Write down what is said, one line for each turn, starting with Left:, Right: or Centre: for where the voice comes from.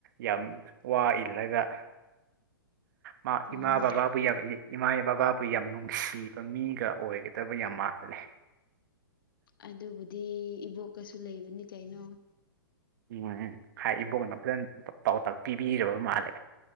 Right: ꯌꯥꯝ ꯋꯥ ꯏꯜꯂꯒ ꯃꯥ
Left: ꯃꯥꯅꯤ
Right: ꯢꯃꯥ ꯕꯕꯥꯕꯨ ꯌꯥꯝ ꯏꯃꯥ ꯕꯕꯥꯕꯨ ꯑꯩꯈꯣꯏ ꯌꯥꯝ ꯅꯨꯡꯁꯤꯕ ꯃꯤꯒ ꯑꯣꯏꯒꯗꯕ ꯌꯥꯝ ꯃꯥꯜꯂꯦ
Left: ꯑꯗꯨꯕꯨꯗꯤ ꯏꯕꯣꯛꯀꯁꯨ ꯂꯩꯕꯅꯤ ꯀꯩꯅꯣ
Right: ꯅꯨꯉꯥꯏꯌꯦ ꯍꯥꯏ ꯏꯕꯣꯛꯅ ꯐꯖꯅ ꯄꯥꯎꯇꯥꯛ ꯄꯤꯕꯤꯔꯕ ꯃꯥꯜꯂꯦ